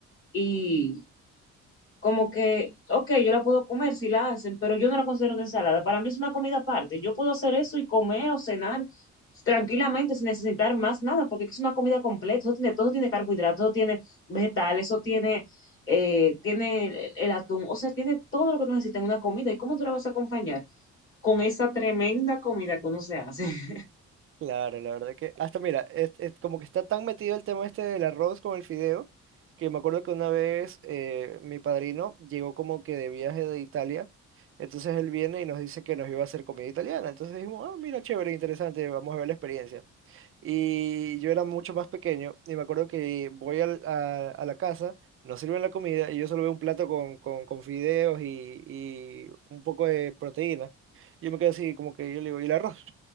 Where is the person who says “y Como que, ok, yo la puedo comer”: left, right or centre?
Left